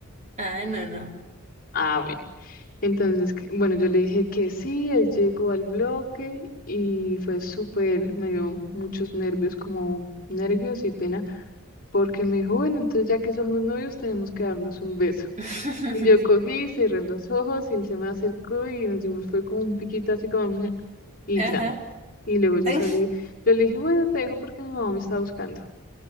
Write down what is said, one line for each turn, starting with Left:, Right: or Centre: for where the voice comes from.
Right: Ah, no, no.
Left: Ah, bien. Entonces, que- bueno, yo le dije que sí, él llegó al bloque y fue súper, me dio muchos nervios, como nervios y pena, porque me dijo, bueno, entonces ya que somos novios tenemos que darnos un beso.
Right: <laughs>
Left: Y yo cogí, cerré los ojos y él se me acercó y nos dimos, fue como un piquito así como, "Mm", y
Right: Ajá.
Left: ya. Y luego yo
Right: Ay,
Left: salí, yo le dije, bueno, te dejo porque mi mamá me está buscando.